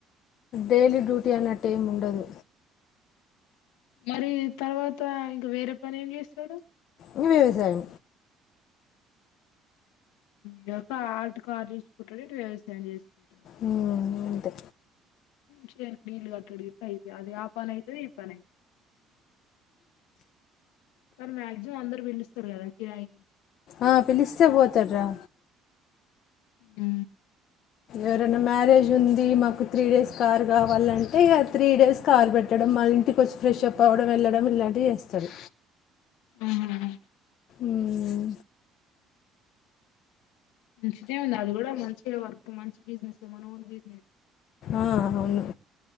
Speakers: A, on the left (about 60°); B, on the left (about 80°).
A: డెయిలీ డ్యూటీ అన్నట్టు ఏం ఉండదు
B: మరీ తర్వాత ఇంక వేరే పని ఏం చేస్తాడు
A: ఇగ వ్యవసాయం
B: ఈ ఒక ఆట కారు చూసుకుంటాడు ఇటు వ్యవసాయం చేసుకుంటాడు
A: అంతే
B: చేనుకి నీళ్ళ కట్టడి ఇట్లా అయితది అదే ఆ పని అయితది ఈ పని అయితది కానీ మ్యాక్సిమం అందరు పిలుస్తారు కదా కిరాయికి
A: ఆ పిలిస్తే పోతాడురా
B: మ్
A: ఎరన్న మ్యారేజ్ ఉంది మాకు త్రీ డేస్ కార్ కావాలంటే ఇగ త్రీ డేస్ కార్ పెట్టడం మళ్ళ ఇంటికి వచ్చి ఫ్రెష్అప్ అవడం వెల్లడం ఇలాంటివి చేస్తాడ్
B: ఆహా
A: మ్
B: మంచిదే ఉంది అది కూడా మంచి వర్క్ మంచి బిజినెస్ మన ఓన్ బిజినెస్
A: ఆ, అవును